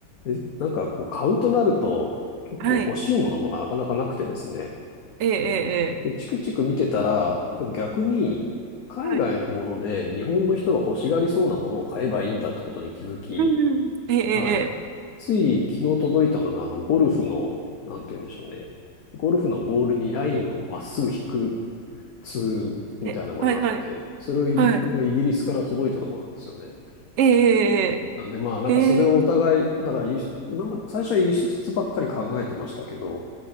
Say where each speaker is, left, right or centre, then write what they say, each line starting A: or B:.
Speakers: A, on the left; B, on the right.
A: えなんかこう、買うとなると、結構欲しいものもなかなかなくてですね。
B: はい。ええ、ええ、
A: で、チクチク見てたら、でも逆に、海外のもので日本の人が欲しがりそうなものを買えばいいんだってことに気づき、
B: ええはい。うんうん。え
A: はい。
B: え、
A: つい昨日届いたのが、あの、ゴルフの、なんて言うんでしょうね。ゴルフのボールにラインをまっすぐ引くツールみたいなものがあって、
B: ええ、ええ、はい、はい、
A: それをイギイギリスから届いたところなんですよね。
B: はい。ええ、
A: なんでまあ、なんかそれをお互い、
B: ええ、ええ、へえ
A: だから輸出、今まで最初は輸出ばっかり考えてましたけど、